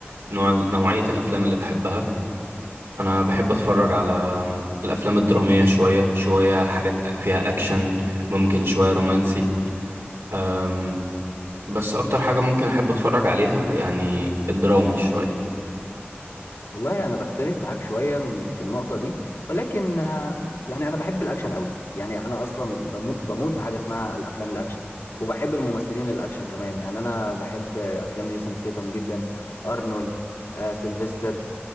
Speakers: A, on the right; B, on the left.
A: نوع نوعيه الافلام اللي بحبها انا بحب اتفرج على الافلام الدراميه شويه شويه حاجات فيها اكشن ممكن شويه رومانسي أم بس اكتر حاجه ممكن احب اتفرج عليها يعني الدرامي شويه
B: والله انا بختلف معاك شوية من ال- في النقطة دي ولكن آه، يعني انا بحب الاكشن قوي يعني انا اصلا بمو- بموت في حاجة اسمها الافلام الاكشن وبحب الممثلين الاكشن كمان يعني انا بحب افلام جيسون ستيتم جدا ارنولد آه، سيلفستر